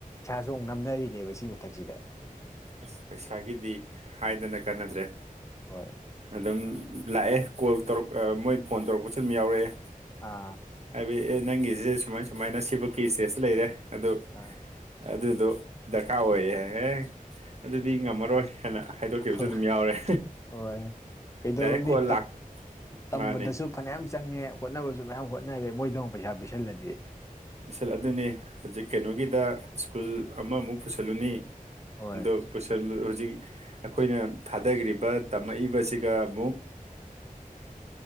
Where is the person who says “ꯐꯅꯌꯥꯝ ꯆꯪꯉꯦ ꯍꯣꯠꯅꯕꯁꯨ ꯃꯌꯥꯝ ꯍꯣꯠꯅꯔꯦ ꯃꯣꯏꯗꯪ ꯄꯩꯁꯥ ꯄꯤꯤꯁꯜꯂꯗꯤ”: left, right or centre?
Left